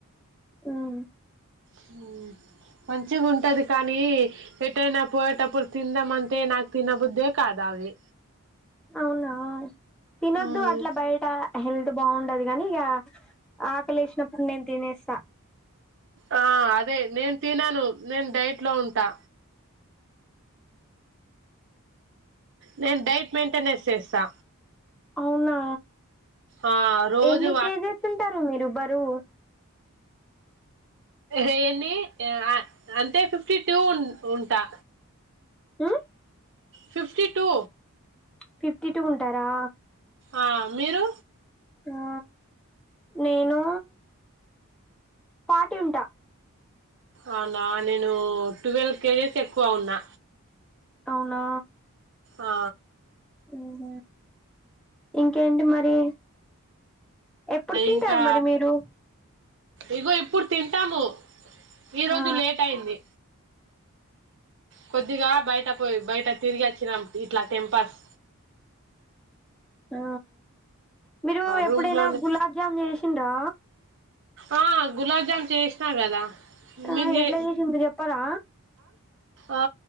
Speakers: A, in the centre; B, on the right (about 55°).
A: హ్మ్మ్
B: హ్మ్మ్ మంచిగా ఉంటది కానీ ఎట్టైనా పోయేటప్పుడు తిందామంటే నాకు తిన్న బుద్దే కాదు అవి
A: అవునా తినద్దు
B: ఉమ్,
A: అట్లా బయట హెల్త్ బాగుంట దిగానీ ఈ ఆకలేసినప్పుడు నేను తినేస్త
B: ఆ అదే నేను తినను నేను డైట్ లో ఉంటా నేను డైట్ మెయింటెనెన్స్ చేస్తా
A: అవునా
B: ఆ రోజు
A: ఎన్ని కేజీస్ ఉంటారు మీరు బరువు
B: ఏన్ని అంటే ఫిఫ్టీ టూ ఉ ఉంటా
A: ఉహ్మ్మ్
B: ఫిఫ్టీ టూ
A: ఫిఫ్టీ టూ ఉంటారా
B: ఆ మీరు
A: ఆ నేను ఫార్టీ ఉంటా
B: అవునా నేను ట్వెల్వ్ కేజెస్ ఎక్కువ ఉన్నా
A: అవునా
B: ఆ
A: అఓహ ఇంకేంటి మరి ఎప్పుడు తింటారు
B: ఇంకా
A: మరి మీరు
B: ఇగో ఇప్పుడు తింటాము ఈ రోజు
A: ఆ
B: లేట్ అయింది కొద్దిగా బయట పోయి బయట తిరిగి వచ్చినాం ఇట్లా టెంపాస్
A: ఆ మీరు ఎప్పుడైనా
B: రూమ్ లోనే
A: గులాబ్జామున్ చేసిండ్రా
B: ఆ గులాబ్జామ్ చేసినా కదా
A: ఆ
B: మీరు చే
A: ఎట్ల వేలించిందొ చెప్పారా
B: ఆ